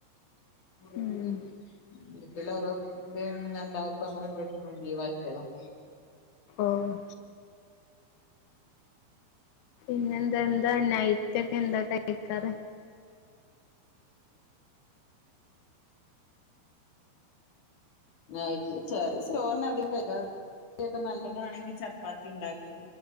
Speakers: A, on the left (about 40°); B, on the left (about 85°).
A: വീട്ട്ല്
B: ഉം
A: വീട്ടില ഓരോ ഇത്ങ്ങനെ ണ്ടായപ്പോ അങ്ങനെ വീ ലീവാക്കിയതാ അ
B: ഓ പിന്നെ എന്താ എന്താ നൈറ്റ് ഒക്കെ എന്താ കഴിക്കാറ്
A: ആ ചെലേസം ചോറിന അതികം കക്കാറ് കറിഒക്കെ നല്ലതാണെങ്കിൽ ചപ്പാത്തി ണ്ടാക്കും